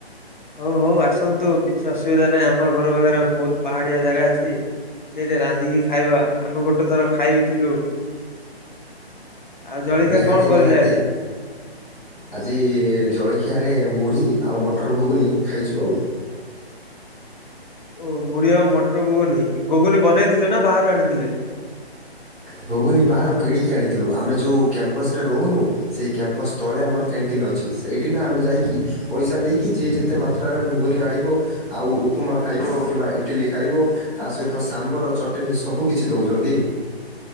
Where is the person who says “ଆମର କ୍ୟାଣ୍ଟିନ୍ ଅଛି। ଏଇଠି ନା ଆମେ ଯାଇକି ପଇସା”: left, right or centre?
Centre